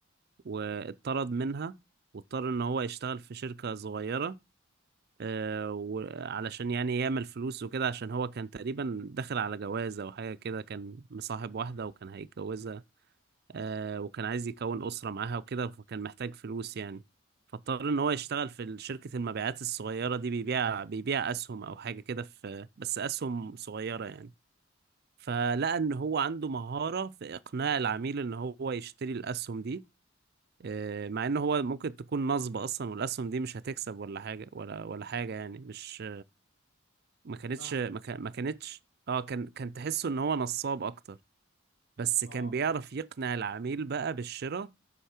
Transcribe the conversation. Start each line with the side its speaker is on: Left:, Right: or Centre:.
Right: واتطرد منها واضطر ان هو يشتغل في شركة صغيرة آه، وعلشان يعني يعمل فلوس وكده عشان هو كان تقريبا داخل على جوازة او حاجة كده كان مصاحب واحدة وكان هيتجوزها آه، وكان عايز يكون أسرة معاها وكده فكان محتاج فلوس يعني فاضطر ان هو يشتغل في شركة المبيعات الصغيرة دي بيبيع بيبيع اسهم او حاجة كده في بس اسهم صغيرة يعني فلقى ان هو عنده مهارة في اقناع العميل ان هو يشتري الاسهم دي آه، مع ان هو ممكن تكون نصبة اصلا والاسهم دي مش هتكسب ولا حاجة ولا ولا حاجة يعني مش ما كانتش
Left: فاهمك
Right: ما كان- ما كانتش اه كان كان تحسه ان هو نصاب اكتر بس كان
Left: آه
Right: بيعرف
Left: آه
Right: يقنع العميل بقى بالشراء